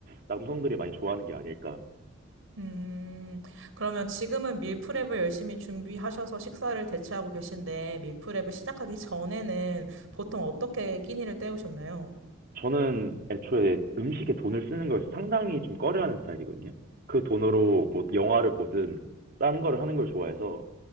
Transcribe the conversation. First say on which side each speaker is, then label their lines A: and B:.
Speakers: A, on the right (about 50°); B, on the right (about 85°).
A: 남성들이 많이 좋아하는 게 아닐까.
B: 음, 그러면 지금은 밀프렙을 열심히 준비하셔서 식사를 대체하고 계신데, 밀프렙을 시작하기 전에는 보통 어떻게 끼니를 때우셨나요?
A: 저는 애초에 음식에 돈을 쓰는 걸 상당히 좀 꺼려하는 스타일이거든요. 그 돈으로 뭐 영화를 보든 딴 거를 하는 걸 좋아해서